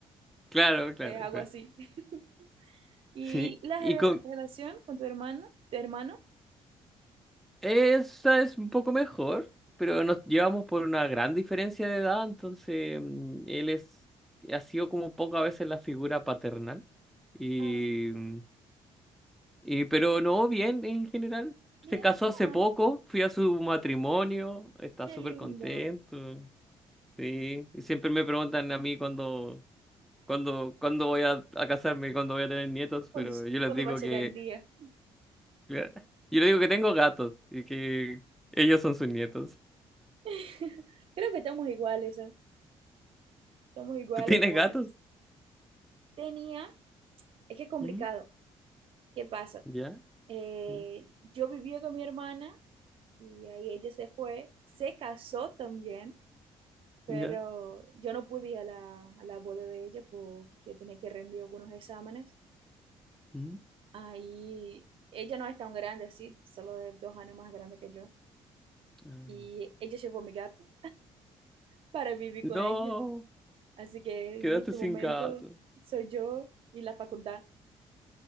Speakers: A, in the centre; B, on the right (about 55°).
A: Claro, claro,
B: Eh, algo
A: claro.
B: así. <laughs> ¿Y
A: Sí.
B: la
A: Y
B: re-
A: con
B: relación con tu hermano, tu hermano?
A: esa es un poco mejor, pero nos llevamos por una gran diferencia de edad, entonces mm, él es, ha sido como pocas veces la figura paternal. Y,
B: Ah,
A: em, y pero no, bien en general.
B: bien,
A: Se casó hace
B: ah,
A: poco, fui a su matrimonio, está
B: qué
A: súper
B: lindo.
A: contento. Sí, y siempre me preguntan a mí cuándo, cuándo, cuándo voy a, a casarme, cuándo voy a tener nietos,
B: ¿Cuándo,
A: pero yo les
B: cuándo
A: digo
B: va a llegar
A: que,
B: el día?
A: yo les digo que tengo gatos y que ellos son sus nietos.
B: <laughs> Creo que estamos iguales, ¿eh? Estamos iguales,
A: ¿Tú tienes
B: pobres.
A: gatos?
B: tenía, es que es complicado.
A: "Mm,
B: ¿Qué pasa?
A: ¿Ya?
B: Eh,
A: mm,
B: yo vivía con mi hermana y ahí ella se fue, se casó también, pero
A: ¿Ya?
B: yo no pude ir a la, a la boda de ella porque tenía que rendir algunos exámenes.
A: mm".
B: Ahí ella no es tan grande así, solo es dos años más grande que yo.
A: "Ah".
B: Y ella llevó a mi gato para vivir
A: No,
B: con ella. Así que
A: quedaste
B: en este
A: sin
B: momento
A: gato
B: soy yo y la facultad.